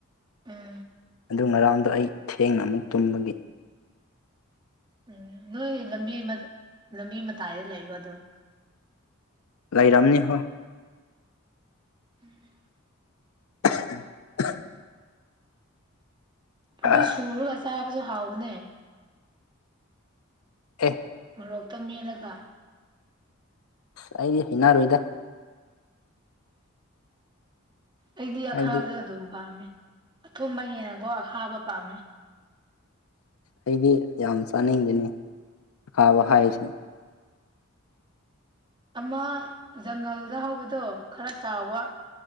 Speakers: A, on the right; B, on the left.
A: ꯎꯝ
B: ꯑꯗꯨ ꯉꯔꯥꯡꯗꯣ ꯑꯩ ꯊꯦꯡꯅ ꯑꯃꯨꯛ ꯇꯨꯝꯕꯒꯤ
A: ꯎꯝ ꯅꯣꯏ ꯂꯝꯕꯤ ꯂꯝꯕꯤ ꯃꯇꯥꯏꯗ ꯂꯩꯕ ꯑꯗꯨꯝ
B: ꯂꯩꯔꯝꯅꯤ ꯍꯣꯢ
A: ꯎꯝ <unintelligible>
B: <inaudible>
A: ꯑꯗꯨ
B: ꯑꯦ
A: ꯁꯨꯔꯒ ꯆꯥꯕꯁꯨ ꯍꯥꯎꯕꯅꯦ
B: ꯑꯦ
A: ꯃꯣꯔꯣꯛꯇ ꯃꯦꯠꯂꯒ
B: ꯑꯁ ꯑꯩꯗꯤ ꯍꯩꯅꯔꯣꯏꯗ
A: ꯑꯩꯗꯤ
B: ꯍꯥꯏꯕꯗꯤ
A: ꯑꯈꯥꯕꯗꯣ ꯑꯗꯨꯝ ꯄꯥꯝꯃꯦ ꯑꯊꯣꯕ ꯍꯦꯟꯅꯒꯣ ꯑꯈꯥꯕ ꯄꯥꯝꯃꯦ
B: ꯑꯩꯗꯤ ꯌꯥꯝ ꯆꯥꯅꯤꯡꯗꯦꯅꯦ ꯑꯈꯥꯕ ꯍꯥꯏꯁꯦ
A: ꯑꯃ ꯖꯪꯒꯜꯗ ꯍꯧꯕꯗꯣ ꯈꯔ ꯆꯥꯎꯕ